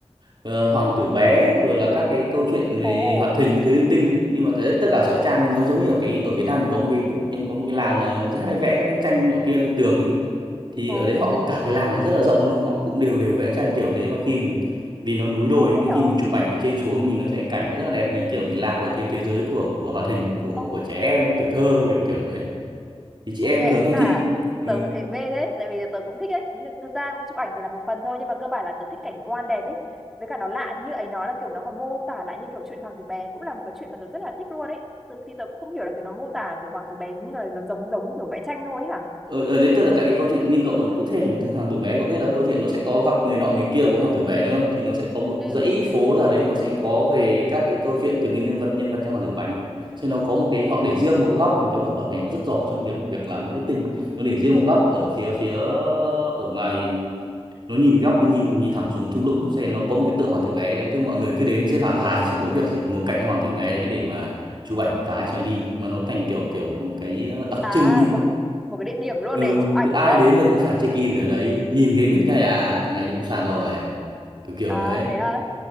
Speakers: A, on the right; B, in the centre.
A: ờ, hoàng tử bé rồi là các cái câu chuyện về
B: ồ
A: hoạt hình các thứ linh tinh ấy nhưng mà thế tất cả sẽ tràn nó giống như ở cái ở Việt Nam mình có một cái bức có một cái làng mà rất hay vẽ các cái tranh nọ kia lên tường ấy thì
B: ừ
A: ở đấy họ
B: ừ
A: cả cái làng đấy rất là rộng luôn họ cũng đều đều vẽ tranh kiểu thế và khi mình vì nó núi đồi
B: hay
A: ấy,
B: thế
A: nên
B: nhở
A: khi mình chụp ảnh từ trên xuống nhìn nó sẽ cảnh nó rất là đẹp nhìn kiểu mình lạc vào thế thế giới của của hoạt hình của
B: Ồ,
A: của trẻ em tuổi thơ kiểu kiểu đấy thì chị
B: Ôi
A: em
B: nghe
A: thường
B: ấy
A: hay
B: tả
A: thích ừ.
B: tớ thấy mê thế tại vì tớ cũng thích ấy nhưng thực ra chụp ảnh thì là một phần thôi nhưng mà cơ bản là tớ thích cảnh quan đẹp ấy với cả nó lạ thì như ấy nói là kiểu nó còn mô tả lại như kiểu chuyện Hoàng tử bè cũng là một cái chuyện mà tớ rất là thích luôn ấy tớ, thì tớ cũng không hiểu là kiểu nó mô tả kiểu Hoàng tử bè những lời nó giống giống kiểu vẽ tranh thôi ấy hả
A: ở, ở đấy tức là tại vì câu chuyện nhưng cậu cũng thế thì hoàng tử bé cậu biết là câu chuyện nó sẽ có gặp người nọ người kia của hoàng tử bé đúng không thì nó sẽ có một
B: Ừ,
A: dãy phố là đấy nó sẽ có về các cái câu chuyện từ cái nhân vật nhân vật trong hoàng tử bánh nên nó có một cái họ để riêng một góc như thế bảo bọn này rất giỏi trong việc việc làm marketing nó để riêng một góc ở phía phía ở ngoài nó nhìn góc nó nhìn nhìn thẳng xuống thung lũng Cho nên nó có một cái tượng hoàng tử bé đấy thế mọi người cứ đến xếp hàng dài chỉ mỗi việc gì ngồi cạnh hoàng tử bé đấy để mà chụp ảnh một cái xoay đi mà nó thành kiểu kiểu một cái ờ, đặc
B: à
A: trưng ấy
B: một một cái địa điểm luôn
A: ừ
B: để chụp ảnh
A: cứ ai
B: đúng không
A: đến là cũng phải check in ở đấy nhìn cái biết ngay à thằng này đi Busan rồi kiểu kiểu
B: à
A: đấy
B: thế à